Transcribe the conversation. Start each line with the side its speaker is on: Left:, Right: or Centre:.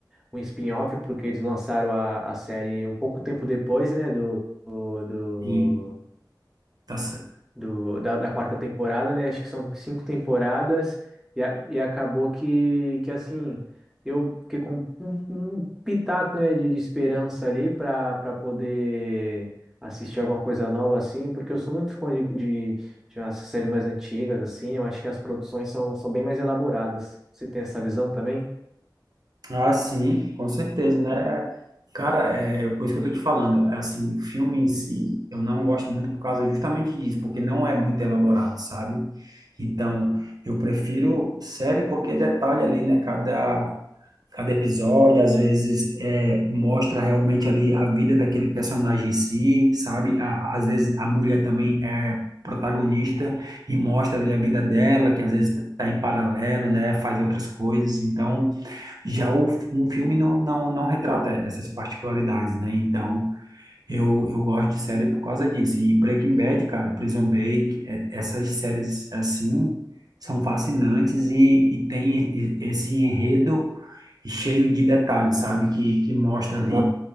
Centre: um spin-off, porque eles lançaram a, a série um pouco tempo depois, né, do, do,
Right: E tá certo.
Centre: do, da, da quarta temporada, né? Acho que são cinco temporadas e, a- e acabou que, que assim, eu fiquei com um, um pitaco, né, de, de esperança ali para para poder assistir alguma coisa nova assim, porque eu sou muito fã de, de, de umas séries mais antigas assim, eu acho que as produções são, são bem mais elaboradas. Você tem essa visão também?
Right: Ah, sim, com certeza, né? É, Cara, é por isso que eu tô te falando. é Assim, filme em si, eu não gosto muito por causa justamente disso, porque não é muito elaborado, sabe? Então, eu prefiro série porque detalha ali, né? Cada, cada episódio, às vezes é, mostra realmente ali a vida daquele personagem em si, sabe? A- às vezes a mulher também é protagonista e mostra ali a vida dela, que às vezes está em paralelo, né? Faz outras coisas. Então, já o, um filme não, não, não retrata essas particularidades, né? Então, eu, eu gosto de série por causa disso. E Breaking Bad, cara, Prison Break, é- essas séries assim são fascinantes e, e tem e- esse enredo cheio de detalhes, sabe? Que, que mostra ali